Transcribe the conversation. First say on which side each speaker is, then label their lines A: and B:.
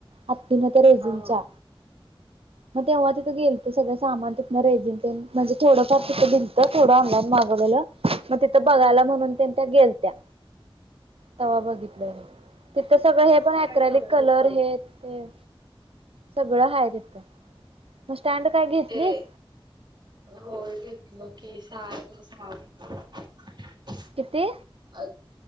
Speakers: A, on the right; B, on the right.
A: आत्तीन त्या रेजींनंच्या
B: हा
A: मग तेव्हा तिथं गेल तर सगळ सामान तितन रेजिनंच म्हणजे थोडं तिथं दीलत थोडं ऑनलाईन मागवलेल मग तिथं बघायला म्हणून त्यांनं त्या गेलत्या. तवा बघितलंय मी तिथं सगळं
B: मग
A: हे पण
B: काय
A: अक्रॅलिक
B: करत
A: कलर
B: इथं
A: हे ते सगळं हाय तिथं <inaudible> घेतलीस
B: ते होय घेतलं ते स <unintelligible> <inaudible>
A: किती?
B: अ